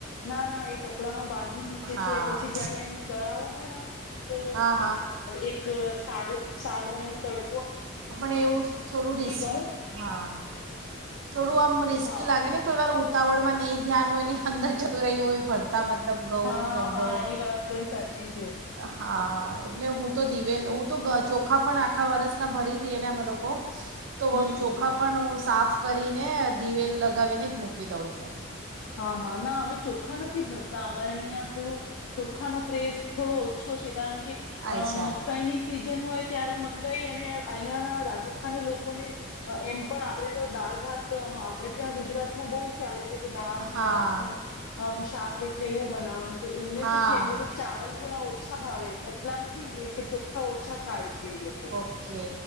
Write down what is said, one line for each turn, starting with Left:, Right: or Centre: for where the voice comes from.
Left: ના ના એ કપડા માં બાં ધી મૂકે
Right: હા
Left: છે, પછી જયારે એમને દળાવવું હોય ને તો
Right: હા હા
Left: એક. <unintelligible> સાદો સારો એને તડ
Right: પણ એવું થોડું રિસ્,
Left: ગઉં
Right: હા, થોડું આમ રિસ્કી
Left: હા
Right: લાગે ને કોઈ વાર તવળડમાં નહીં ધ્યાન હોયને અંદર જ તુરૈઓય ભણતાં મતલબ ઘઉં
Left: હા
Right: ડમબો,
Left: હા એ વાત પણ સાચી છે
Right: હા એટલે હું, તો દિવેલ હું, તો ચોખા પણ આખા વર્ષના ભરી દી એને અમે લોકો તો
Left: હમ હમ
Right: ચોખા પણ સાફ કરીને દિવેલ લગાવીને જ મૂકી દઉં છું.
Left: હા હા, ના અમે ચોખ્ખા નથી ભરતા અમારે અહીં થોડું ચોખ્ખાનોો ક્રેઝ થોડો ઓછો છે, કારણ
Right: અચ્છા
Left: મકાઈની સિઝન હોય ત્યારે મકાઈ અને અહિયાં ના રાજસ્થાની લોકોને એમ પણ આપણેે તો દાળ ભાત આપણેે ત્યાં ગુજરાતમાં બહુત ચાલે છે દાળ
Right: હા
Left: ભાત શાક રોટલી એવું બનાવવાનું તો એમને
Right: હા
Left: શું છે એમને તો ચાવલ થોડા ઓછા ભાવે. એટલા નથી કે ચોખ્ખા ઓછા ખાય છે. એ લોકો
Right: ઓકે,